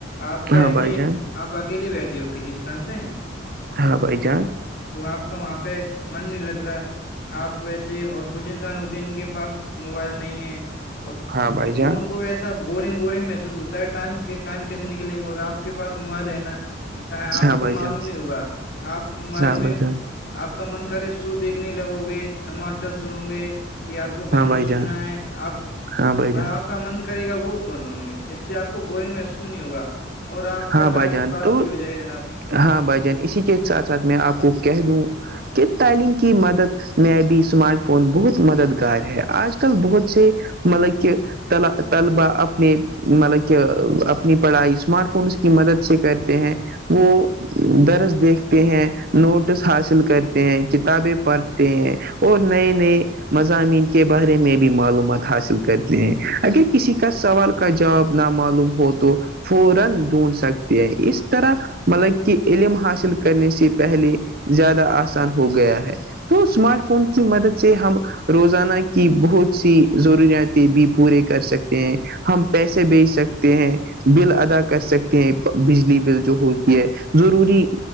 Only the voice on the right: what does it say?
ہاں
بھائی جان
ہاں بھائی جان
ہاں بھائی جان
ہاں
بھائی
جان
ہاں
بھائی جان
ہاں بھائی
جان
ہاں بھائی
جان
ہاں
بھائی جان
تو
ہاں بھائی جان اسی کے ساتھ ساتھ میں آپ کو کہہ دوں کہ تعلیم کی مدد میں بھی اسمارٹ فون بہت مددگار ہے آج کل بہت سے مطلب کہ طلبا اپنے مطلب کہ اپنی پڑھائی اسمارٹ فونس کی مدد سے کرتے ہیں وہ درس دیکھتے ہیں نوٹس حاصل کرتے ہیں کتابیں پڑھتے ہیں اور نئے نئے مضامین کے بارے میں بھی معلومات حاصل کرتے ہیں اگر کسی کا سوال کا جواب نامعلوم ہو تو فورا ڈھونڈ سکتی ہے اس طرح مطلب کہ علم حاصل کرنے سے پہلے زیادہ آسان ہو گیا ہے تو اسمارٹ فون کی مدد سے ہم روزانہ کی بہت سی ضروریاتیں بھی پورے کر سکتے ہیں ہم پیسے بیچ سکتے ہیں بل ادا کر سکتے ہیں بجلی بل جو ہوتی ہے ضروری